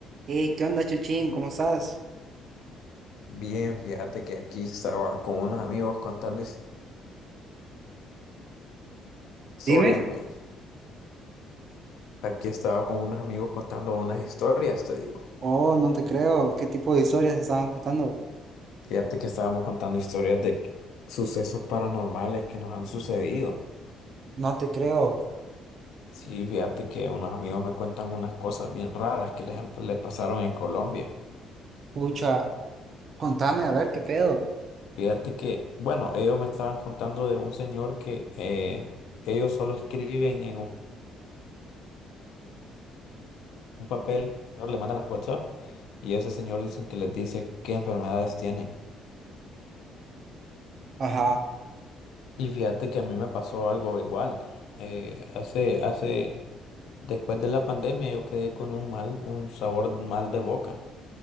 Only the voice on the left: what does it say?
Bien, fíjate que aquí estaba con unos amigos contando his- historias,
men. Aquí estaba con unos amigos contando unas historias, te digo.
Fíjate que estábamos contando historias de que- sucesos paranormales que nos han sucedido.
Sí, fíjate que unos amigos me cuentan unas cosas bien raras que les, le pasaron en Colombia.
Fíjate que, bueno, ellos me estaban contando de un señor que eh, ellos solo escriben en un, un papel, le mandan a WhatsApp y ese señor dicen que les dice qué enfermedades tienen.
Y fíjate que a mí me pasó algo igual. Eh, hace, hace, después de la pandemia yo quedé con un mal, un sabor mal de boca,